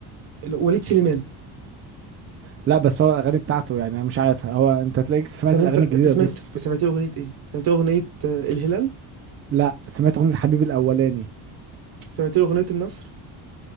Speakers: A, on the right (about 60°); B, on the right (about 35°).
A: وليد سليمان
B: لا بس هو الاغاني بتاعته يعني انا مش عارف هو انت تلاقيك سمعت
A: طب
B: الاغاني
A: انت انت
B: الجديده
A: سمعت
B: بس في...
A: سمعت له اغنيه ايه سمعت له اغنيه آه، الهلال
B: لا سمعت اغنيه حبيبي الاولاني
A: سمعت له اغنيه النصر